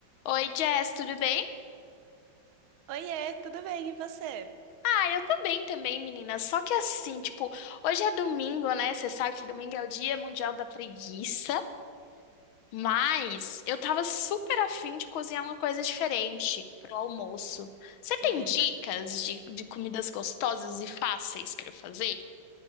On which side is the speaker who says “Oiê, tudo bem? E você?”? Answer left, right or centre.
Right